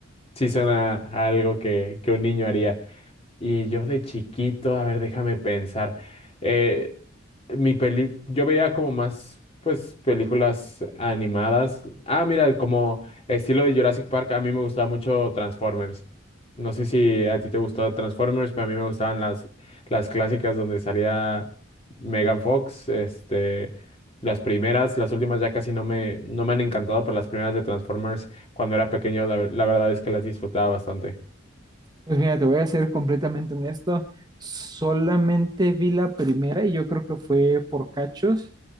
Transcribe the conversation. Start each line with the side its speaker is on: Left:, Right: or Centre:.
Left: sí suena a algo que, que un niño haría. Y yo de chiquito, a ver, déjame pensar. eh, mi peli, yo veía como más, pues, películas animadas. Ah, mira, como estilo de Jurassic Park, a mí me gustaba mucho Transformers. No sé si a ti te gustó Transformers, pero a mí me gustaban las, las clásicas donde salía Megan Fox. Este, las primeras, las últimas ya casi no me, no me han encantado, pero las primeras de Transformers, cuando era pequeño, la la verdad es que las disfrutaba bastante.
Right: Pues mira, te voy a ser completamente honesto. Solamente vi la primera y yo creo que fue por cachos.